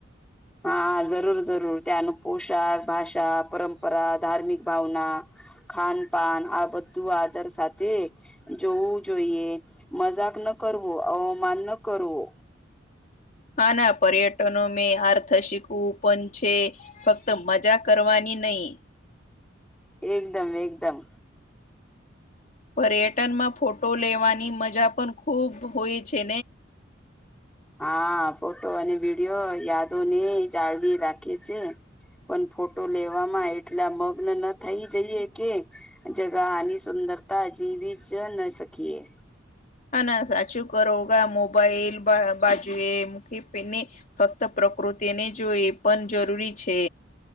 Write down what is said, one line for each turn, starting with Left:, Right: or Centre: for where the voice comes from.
Centre: હા જરૂર જરૂર ત્યાંનું પોશાક, ભાષા, પરંપરા, ધાર્મિક ભાવના ખાન પાાન આ બધું આદર સાથે જોવું જોઈએ મજાક ન કરવો, અવમાન ન કરવો.
Left: હા ના પર્યટનો મેં આર્થ શીખવું પણ છે. ફક્ત મજા કરવાની નહીિ.
Centre: એકદમ એકદમ.
Left: પર્યટનમાં ફોટો લેવાની મજા પણ ખુબ હોય છે.
Centre: હા ફોટો અને વિડીિયો યાદો ને જાળવી રાખે છે. પણ ફોટો લેવામાં એટલા મગ્ન ન થઈ જઈએે કે જગાની સુંદરતા અજીવી જ ન સકીીએ.
Left: હા ના સાચું કરોા મોબાઈલ બાજુએ મુ પને ફક્ત પ્રકૃતિને જો એ પણ જરૂરી છે.